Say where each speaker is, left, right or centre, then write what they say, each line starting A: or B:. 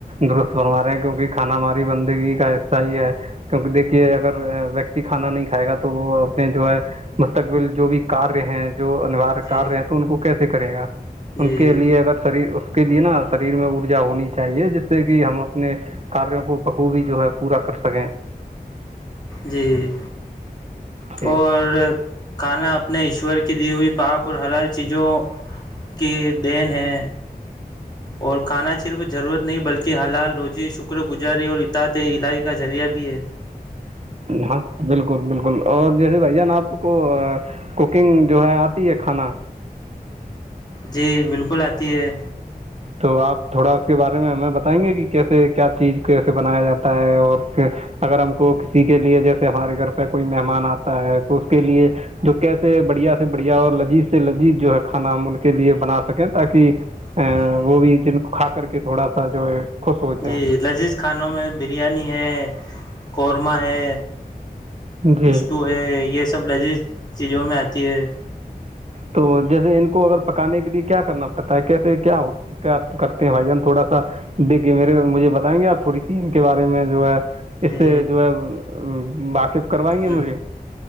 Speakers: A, on the right (about 45°); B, on the left (about 25°).
A: درست بنوا رہے ہیں کیونکہ کھانا ماری بندگی کا حصہ ہی ہے کیونکہ دیکھیے اگر ویکتی کھانا نہیں کھائے گا تو وہ اپنے جو ہے مستقبل جو بھی کار رہ ہیں جو انوار
B: جی
A: کرار رہ ہیں تو ان کو کیسے کرے گا
B: جی
A: ان کے لیے اگر شری اس کے لیے نا شریر میں ارجا ہونی چاہیے جس سے کہ ہم اپنے کاروں کو بخو بھی جو ہے پورا کر سکیں
B: جی
A: جی
B: اور کھانا اپنے ایشور کی دی ہوئی پاک اور حلال چیزوں کی دین ہے اور کھانا صرف ضرورت نہیں بلکہ حلال روزی شکر گزاری اور اتد علاائی کا ذریعہ بھی ہے
A: ہاں بالکل بالکل اور جیسے بھ جان آپ کو کوکنگ جو ہے آتی ہے کھانا
B: جی بالکل آتی ہے
A: تو آپ تھوڑا اس کے بارے میں ہمیں بتائیں گے کہ کیسے کیا چیز کیسے بنایا جاتا ہے اور اگر ہم کو کسی کے لیے جیسے ہمارے گھر پہ کوئی مہمان آتا ہے تو اس کے لیے جو کیسے بڑھیا سے بڑھیا اور لذیذ سے لذیذ جو ہے کھانا ہم ان کے لیے بنا سکیں تاکہ
B: <inaudible>
A: وہ بھی جن کو کھا کر کے تھوڑا سا جو ہے خوش ہو جائیں
B: جی لذیذ کھانوں میں بریانی ہے قورمہ ہے
A: جی
B: اسٹو ہے یہ سب لذیذ چیزوں میں آتی ہے
A: تو جیسے ان کو اگر پکانے کے لیے کیا کرنا پڑتا ہے کیسے کیا ہو کرتے ہیں بھائی جان تھوڑا سا دیکھیے میرے مجھے بتائیں گے آپ تھوڑی سی ان کے بارے میں جو ہے اس
B: جی
A: سے جو ہے واقف کروائیں گے
B: ہ
A: مجھے